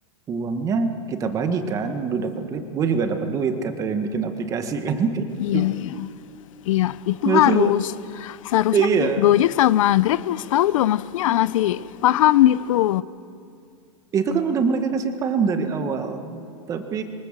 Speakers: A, on the right; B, on the left.
A: uangnya kita bagi kan lu dapat duit gue juga dapat duit kata yang bikin aplikasi kan <laughs> itu
B: iya iya. Iya, itu
A: maksud
B: harus seharusnya
A: iya
B: Gojek sama Grab harus tahu dong, maksudnya ngasih paham gitu.
A: itu kan udah mereka kasih paham dari awal tapi